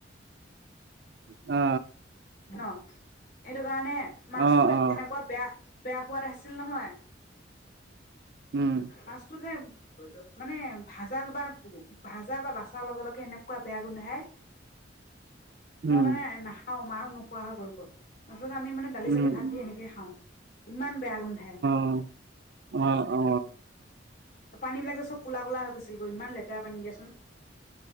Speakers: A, on the right; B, on the left.
A: অ
B: অ <inaudible> ন এটো সেইটো কাৰণে মাছতো
A: অ অ
B: এনেকুৱা বেয়া। বেয়া খোৱাদ আহিছিল নহয়
A: উম
B: মাছটো যে মানে ভাজাল বা ভাজা বা বাচাৰ লগে লগে এনেকুৱা বেয়া গোন্ধাই
A: উম
B: মোৰ মানে এনে অ, মায়ও নোখোৱা হৈ গ'ল গ'ল। য'ত আমি মানে দালি
A: উম
B: চালি
A: উম,
B: ভাত দি এনেকৈ খাওঁ। ইমান বেয়া গোন্ধাই।
A: অ অ অ
B: পানী বিলাক যে চব কলা কলা হৈ গৈছিল গৈ, ইমান লেতেৰা পানী দিয়াচোন।